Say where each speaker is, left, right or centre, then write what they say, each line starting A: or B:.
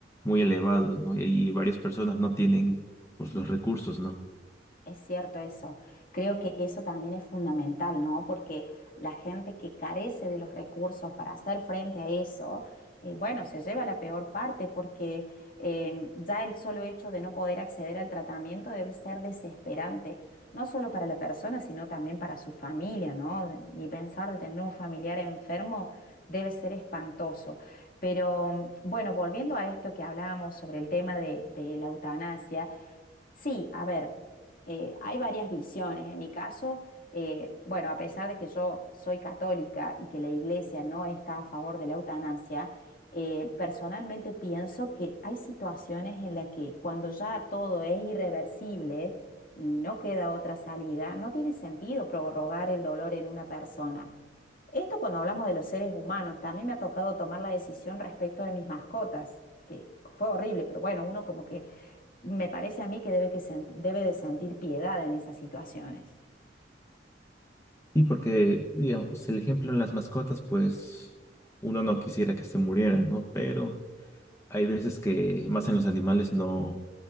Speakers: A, on the left; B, on the left.
A: muy elevados, ¿no? Y, ahí varias personas no tienen pues los recursos, ¿no?
B: Es cierto eso. Creo que eso también es fundamental, ¿no? Porque la gente que carece de los recursos para hacer frente a eso, eh, bueno, se lleva la peor parte porque em, ya el solo hecho de no poder acceder al tratamiento debe ser desesperante, no solo para la persona, sino también para su familia, ¿no? De- Ni pensar de tener un familiar enfermo debe ser espantoso. Pero mm, bueno, volviendo a esto que hablábamos sobre el tema de de la eutanasia. Sí, a ver, eh, hay varias visiones. En mi caso, eh, bueno, a pesar de que yo soy católica y que la iglesia no está a favor de la eutanasia, eh, personalmente pienso que hay situaciones en las que cuando ya todo es irreversible y no queda otra salida, no tiene sentido prorrogar el dolor en una persona. Esto cuando hablamos de los seres humanos, también me ha tocado tomar la decisión respecto de mis mascotas, que fue horrible, pero bueno, uno como que me parece a mí que debe, que sent- debe de sentir piedad en esas situaciones.
A: Y porque, digamos, el ejemplo en las mascotas, pues uno no quisiera que se murieran, ¿no? Pero hay veces que más en los animales no